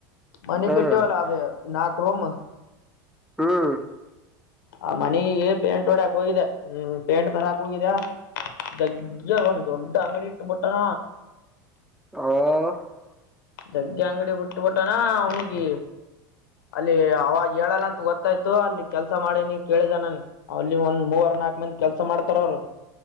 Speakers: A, on the left (about 90°); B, in the centre.
A: ಮನಿ
B: ಹ್ಮ್
A: ಕಟ್ಟೀವಲ್ಲ ಅದ ನಾ ಕ್ರೋಮ
B: ಹ್ಮ್
A: ಆ ಮನಿಗೆ ಪೇಂಟ್ ಹೊಡ್ಯಾಕ್ ಹೋಗಿದೆ ಹ್ಮ್ ಪೇಂಟ್ ತರಾಕ್ ಹೋಗಿದ ಜಗ್ ಒಂದ ದೊಡ್ಡ ಅಂಗಡಿ ಇಟ್ಟ ಬಿಟ್ಟಣ.
B: <unintelligible>
A: ಜಗ್ಗೆ ಅಂಗಡಿ ಬಿಟ್ಟಬಿಟ್ಟಾನ ಅವನಿಗಿ ಅಲ್ಲಿ ಅವಾಗ ಹೇಳಲ್ಲ ಅಂತ ಗೊತ್ತಾಯ್ತು ಅಲ್ಲಿ ಕೆಲ್ಸ ಮಾಡೇನಿ ಕೇಳಿದನನ್ ಅಲ್ಲಿ ಒಂದ್ ಮೂವರ್ ನಾಕ ಮಂದಿ ಕೆಲ್ಸ ಮಾಡ್ತಾರ ಅವರು